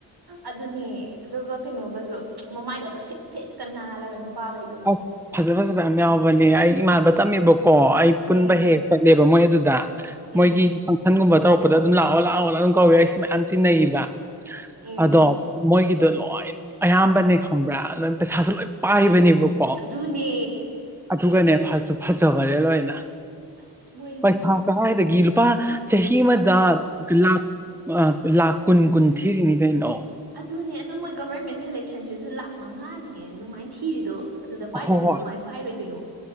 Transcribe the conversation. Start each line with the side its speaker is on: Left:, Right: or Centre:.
Right: ꯑꯗꯨꯅꯦ ꯑꯗꯨꯒ ꯀꯩꯅꯣꯒꯁꯨ ꯃꯃꯥꯏꯒꯗꯣ ꯁꯦꯠ ꯁꯦꯠꯀ ꯅꯥꯜꯂꯒ ꯅꯨꯄꯥꯈꯩꯗꯣ
Centre: ꯑꯁ ꯐꯖ ꯐꯖꯕ ꯌꯥꯝ ꯌꯥꯎꯕꯅꯦ ꯑꯩ ꯏꯃꯥꯟꯅꯕ ꯇꯝꯃꯦꯕꯀꯣ ꯑꯩ ꯄꯨꯟꯕ
Right: ꯎꯝ
Centre: ꯍꯦꯛ ꯍꯦꯛ ꯆꯠꯂꯦꯕ ꯃꯣꯏ ꯑꯗꯨꯗ
Right: ꯎꯝ
Centre: ꯃꯣꯏꯒꯤ ꯃꯟꯒꯨꯝꯕ ꯇꯧꯔꯛꯄꯗ ꯑꯗꯨꯝ ꯂꯥꯛꯑꯣ ꯂꯥꯛꯑꯣꯅ ꯑꯗꯨꯝ ꯀꯧꯏꯦ ꯑꯩꯦ ꯃꯌꯥꯝ ꯊꯤꯟꯅꯩꯕ
Right: ꯎꯝ
Centre: ꯑꯗꯣ ꯃꯣꯏꯒꯤꯗꯣ ꯂꯣꯏ ꯑꯌꯥꯝꯕꯅꯦ ꯈꯪꯕ꯭ꯔꯥ ꯂꫭꯏꯝ ꯄꯩꯁꯥꯁꯨ ꯂꯣꯏ ꯄꯥꯏꯕꯅꯦꯕꯀꯣ
Right: ꯑꯗꯨꯅꯦ
Centre: ꯑꯗꯨꯒꯅꯦ ꯐꯁꯨ ꯐꯖꯕꯔꯦ ꯂꯣꯏꯅ
Right: ꯑꯁ ꯃꯣꯏ
Centre: ꯄꯩꯁꯥ ꯀꯗ ꯒꯤꯂ ꯄ ꯆꯍꯤꯍꯤ ꯃꯗꯥ ꯂ ꯂꯥꯛꯈ ꯀꯨꯟ ꯀꯨꯟ ꯊꯤꯔꯤꯉꯩ ꯀꯩꯅꯥꯛꯑꯣ
Right: ꯑꯗꯨꯅꯦ ꯑꯗꯣ ꯃꯣꯏ ꯒꯕꯔꯃꯦꯟ ꯁꯦꯂꯦꯛꯁꯟꯁꯤꯁꯨ ꯂꯥꯛ ꯃꯉꯥꯅꯦ ꯑꯗꯨꯃꯥꯏꯅ ꯊꯤꯔꯤꯗꯣ ꯑꯗꯨꯗ ꯄꯥꯏꯗ꯭ꯔꯗꯤ
Centre: ꯍꯣꯏ ꯍꯣꯏ
Right: ꯀꯃꯥꯏꯅ ꯄꯥꯏꯔꯣꯏꯗꯣꯏꯅꯣ